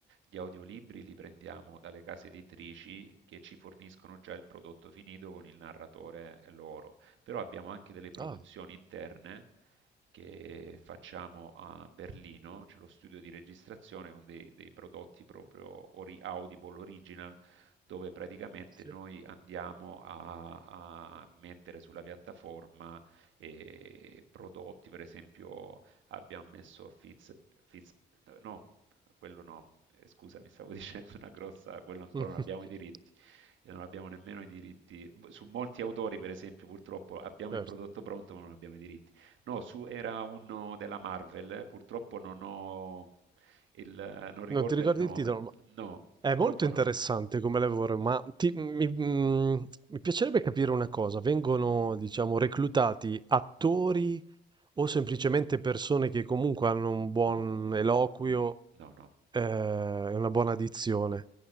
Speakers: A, on the right (about 70°); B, on the right (about 20°).
A: gli audiolibri li prendiamo dalle case editrici che ci forniscono già il prodotto finito con il narratore loro, però abbiamo anche delle produzioni
B: Ah,
A: interne che facciamo a Berlino, c'è lo studio di registrazione con dei, dei prodotti proprio ori- Audible Original, dove praticamente
B: sì.
A: noi andiamo a, a mettere sulla piattaforma e prodotti, per esempio abbiamo messo Fitz, Fitz no, quello no, eh, scusa, mi stavo <laughs> dicendo una grossa, quello ancora
B: <laughs>
A: non abbiamo i diritti e non abbiamo nemmeno i diritti. Su molti autori, per esempio, purtroppo abbiamo
B: Certo.
A: il prodotto pronto, ma non abbiamo i diritti. No, su era uno della Marvel, eh, purtroppo non ho il, non ricordo
B: Non ti ricordi
A: il nome.
B: il titolo, ma
A: No,
B: È
A: purtroppo
B: molto interessante
A: no,
B: come lavoro, ma ti- mi, mm, mi piacerebbe capire una cosa. Vengono, diciamo, reclutati attori o semplicemente persone che comunque hanno un buon
A: no,
B: eloquio,
A: no, no.
B: eh, e una buona dizione?